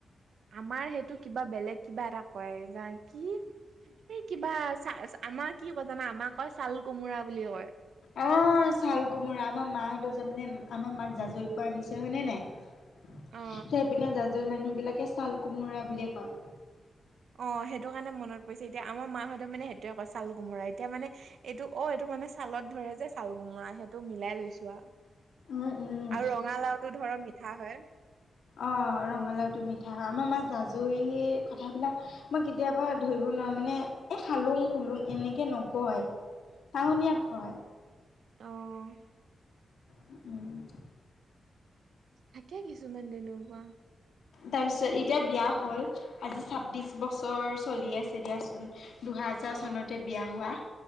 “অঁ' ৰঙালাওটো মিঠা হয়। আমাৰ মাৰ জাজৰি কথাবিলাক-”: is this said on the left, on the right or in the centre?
Left